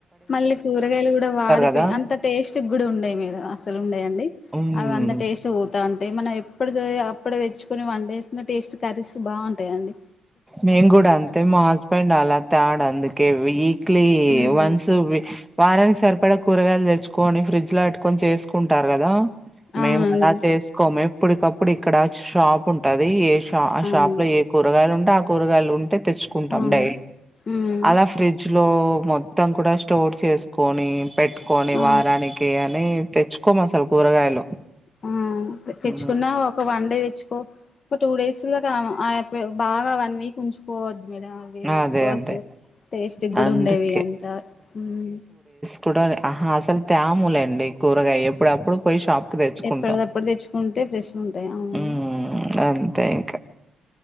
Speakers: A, on the left; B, in the centre.
A: మళ్ళీ కూరగాయలు కూడా వాడిపోయి
B: కదా
A: అంత టేస్ట్ కూడా ఉండయి మీరు అస్సలు ఉండయండి
B: మ్మ్
A: అది అంతా టేస్ట్ ఓ యా అంతే మనం ఎప్పుడుది అప్పుడే తెచ్చుకొని వండేసినా టేస్ట్ కర్రీస్ బావుంటాయండి
B: మేము కూడా అంతే మా హస్బెండ్ అలా తేడు అందుకే వీక్లీ
A: ఉమ్
B: వన్స్ కువి వారానికి సరిపడా కూరగాయలు తెచ్చుకోని ఫ్రిడ్జ్ లో పెట్టుకొని చేసుకుంటారు కదా
A: అవునండి
B: మేము అలా చేసుకోము ఇప్పుడికప్పుడు ఇక్కడ షాప్ ఉంటాది ఏష్ టా ఆ
A: అవునండి
B: షాప్ లో ఏ కూరగాయలు ఉంటే ఆ కూరగాయలు ఉంటే తెచ్చుకుంటాం
A: ఆ
B: డైలీ
A: ఉమ్
B: అలా ఫ్రిజ్ లో మొత్తం కూడా స్టోర్ చేసుకొని పెట్టుకొని
A: ఆ
B: వారానికి కి అని తెచ్చుకోం అసలు కూరగాయలు
A: ఆ తెచ్చుకున్నా
B: ఉమ్,
A: ఒక వన్ డే తెచ్చు కో ఓ టూ డేస్ <unintelligible> బాగా వన్ వీక్ ఉంచు పోవద్ మీద అవేల్
B: అదే
A: పోస్ట్
B: అదే
A: టేస్టుగ కూడా
B: అందుకే
A: ఉండవి అంతా ఉమ్
B: టుడాలి అహా అసలు తాములేండి కూరగాయ ఎప్పుడు అప్పుడు పోయి షాప్ పు తెచ్చుకుంటా
A: ఎప్పటిదప్పుడు తెచ్చుకుంటే ఫ్రెష్గా ఉంటాయి అవునండి
B: ఊ ఊ అంతే ఇక